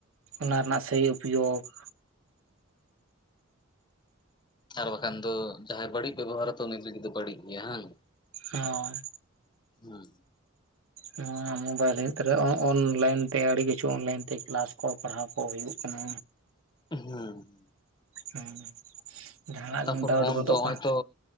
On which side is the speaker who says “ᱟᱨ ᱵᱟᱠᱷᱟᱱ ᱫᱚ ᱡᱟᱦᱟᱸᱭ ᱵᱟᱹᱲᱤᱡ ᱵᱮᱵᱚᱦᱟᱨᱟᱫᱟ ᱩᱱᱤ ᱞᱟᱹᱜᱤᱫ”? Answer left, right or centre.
Left